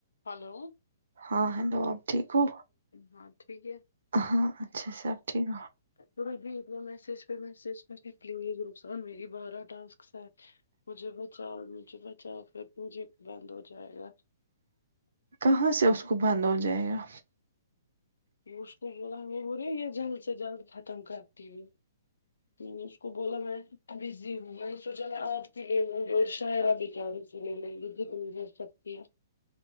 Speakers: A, on the left; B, on the right.
A: ہلون
B: ہاں ہیلو آپ ٹھیک ہو
A: ہاں ٹھیک ہے
B: ہاں اچھا سب ٹھیک
A: تب د میسیج پ میسیج پ پلیز رس ا می بار ٹسک ساتھ مجھے بچاؤ مجھے بچاؤ پھر مھے بند ہو جائے گا
B: کہاں سے اس کو بند ہو جائے گا
A: اس کو بولا بولے یہ جلد سے جلد ختم کرتی ہو میں نے اس کو بولا میں بزی ہوں میں نے سوچا میں آپ کے لیے شہرا بھی چارے وت سکتی ہے